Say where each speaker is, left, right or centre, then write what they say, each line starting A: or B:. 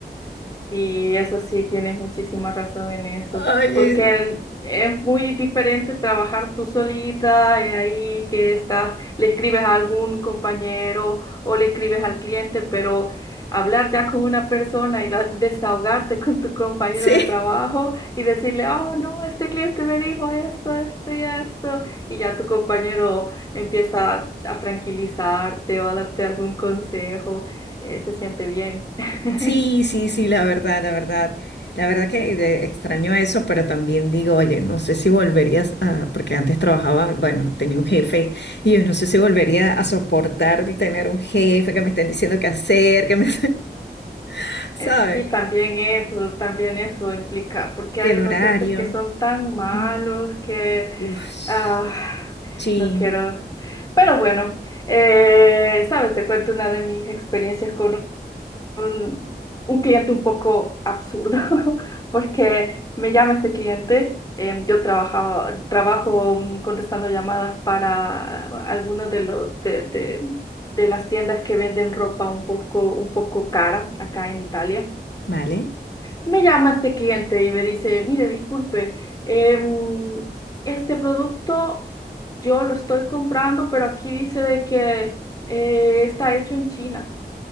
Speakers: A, on the left; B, on the left.
A: Y eso sí, tienes muchísima razón en eso,
B: Oye,
A: porque el- es muy diferente trabajar tú solita, eh, ahí que estás, le escribes a algún compañero o le escribes al cliente, pero hablar ya con una persona y da- desahogarte con tu compañero
B: sí,
A: de trabajo y decirle, oh, no, este cliente me dijo esto, esto y esto, y ya tu compañero empieza a, a tranquilizarte o a darte algún consejo, eh, se siente bien. <laughs>
B: sí, sí, sí, la verdad, la verdad. La verdad que de- extraño eso, pero también digo, oye, no sé si volverías a, porque antes trabajaba, bueno, tenía un jefe, y yo no sé si volvería a soportar el tener un jefe que me estén diciendo qué hacer, que me, <laughs> ¿sabes?
A: Eh, Sí, también eso, también eso implica, porque
B: Que
A: hay
B: el
A: unos
B: horario.
A: jefes que son tan malos
B: Mm,
A: que
B: Uf,
A: ah,
B: sí,
A: no quiero. Pero bueno, eh, sabes, te cuento una de mis experiencias con un, un cliente un poco absurdo, <laughs> porque me llama este cliente. em, yo trabajaba, trabajo mm, contestando llamadas para algunos de los de, de de las tiendas que venden ropa un poco, un poco cara acá en Italia.
B: ¿vale?
A: Me llama este cliente y me dice, mire, disculpe, em, este producto yo lo estoy comprando, pero aquí dice de que eh, está hecho en China.